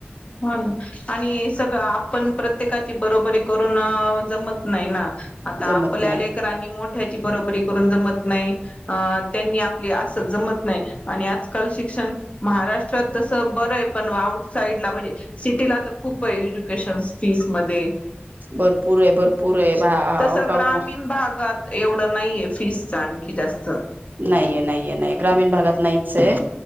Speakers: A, on the left; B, on the right.
A: हो ना आणि सगळं आप पण प्रत्येकाची बरोबरी करून जमत नाही ना. आता
B: जमत
A: आपल्या
B: नाही
A: लेकरांनी मोठ त्याची बरोबरी करून जमत नाही, अ त्यांनी आपली अस जमत नाही आणि आजकाल शिक्षण महाराष्ट्रात तस बरंय पण आउटसाईट म्हणजे सिटीला तर खूप एज्युकेशन फीस मध्ये
B: भरपूरे भरपूरे बा आउट
A: तसं ग्रामीण
B: ऑफ
A: भागात एवढं नाहीये. फीस आणखी जास्त
B: नाहीये, नाहीये नाही ग्रामीण भागात नाहीत. चय